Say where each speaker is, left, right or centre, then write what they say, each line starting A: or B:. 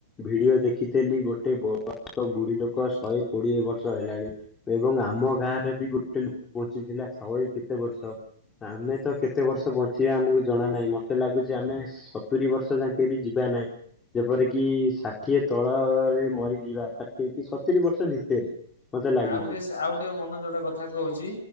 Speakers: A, on the left (about 20°); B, on the left (about 75°).
A: ଭିଡିଓ ଦେଖିଥିଲି ଗୋଟେ ବୟକ ବୁଢୀ ଲୋକ ଶହେ କୋଡିଏ ବର୍ଷ ହେଲାଣି। ଏବଂ ଆମ ଗାଁ ରେ ବି ଗୋଟେ ଲୁକ ବଞ୍ଚିଥିଲା ଶହେ କେତେ ବର୍ଷ? ଆମେ ତ କେତେ ବର୍ଷ ବଞ୍ଚିବା ଆମକୁ ଜଣା ନାହିଁ ମତେ ଲାଗୁଛି ଆମେ ସତୁରି ବର୍ଷ ଯାକେ ବି ଯିବା ନାହିଁ। ଯେପର କିି ଷାଠିଏ ତଳରେ ମରିଯିବା ଷାଠିଏ କି ସତୁରି ବର୍ଷ ଭିତରେ। ମତେ ଲାଗୁଛି
B: ଆଉ ଗୁଟେ ଶା ଆଉ ଗୁଟେ ମନର ଯୋଉଟା କ କଥା କହୁଛି